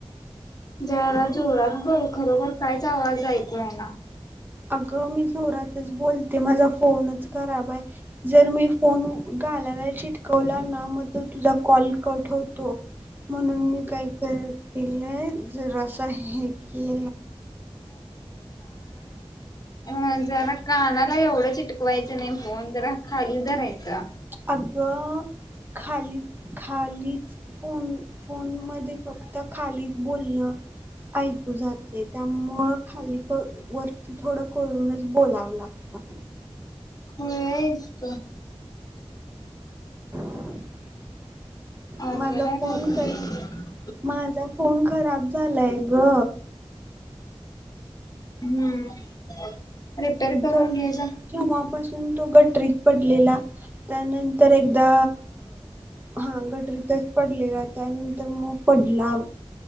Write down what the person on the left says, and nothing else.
जरा जोरात बोल खरोबर कायच आवाज ऐकू ये ना
ह जरा कानाला एवढं चिटकवायचं नाही फोन जरा खाली धरायचं
खुली हायस तू
ह
<unintelligible>
हम्म रिपेअर करून
घे जा